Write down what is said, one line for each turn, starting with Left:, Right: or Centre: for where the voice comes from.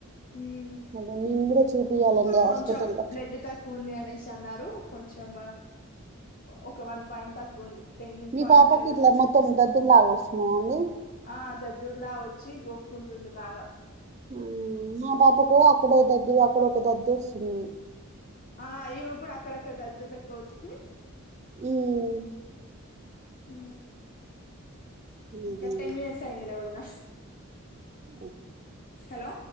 Left: ఉమ్
Right: అదే మేము కూడా చూపియాలండి
Left: కొంచం
Right: హాస్పిటల్లో
Left: బ్లడ్ తక్కువ ఉంది అనేసి అన్నారు కొంచం ఒక వన్ పాయింట్ తక్కువ ఉంది టెన్
Right: మీ
Left: పాయింట్
Right: పాప కిట్ల మ తొమ్ దద్దుర్ లాగ వస్తున్నాయ్ ము
Left: ఆ జజ్జర్లా వచ్చి గొక్కుంటుంది బాగా
Right: ఊ మా పాప కో ఆక్కడో దదు ఆ అక్కడ ఒక దద్దొస్తుంది
Left: ఆ ఇమ కూడా కూడా అక్కడ అక్కడ దదుర్ లెక్క ఒచ్చి
Right: ఊ ఉ
Left: ఊ
Right: ఇది
Left: ఇంకా టెన్ మినిట్స్యిందిలే ఒదిన
Right: ఆ
Left: అ హలో